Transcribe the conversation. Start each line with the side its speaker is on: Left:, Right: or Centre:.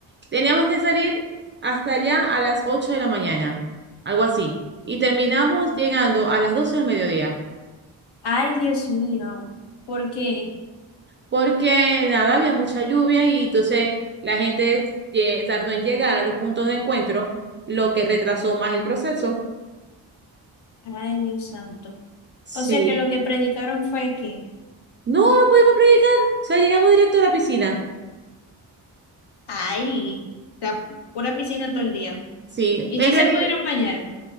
Right: teníamos que salir hasta allá a las 8 de la mañana, algo así. Y terminamos llegando a las 12 del mediodía,
Left: Ay, Dios mío. ¿Por qué?
Right: porque nada, había mucha lluvia y entonces la gente eh, tardó en llegar a los puntos de encuentro, lo que retrasó más el proceso.
Left: Ay, Dios santo.
Right: Sí.
Left: O sea que lo que predicaron fue que,
Right: No, no pudimos predicar. O sea, llegamos directo a la piscina.
Left: ay, la pura piscina todo el día.
Right: Sí,
Left: ¿Y
Right: en
Left: si
Right: realidad,
Left: se pudieron bañar?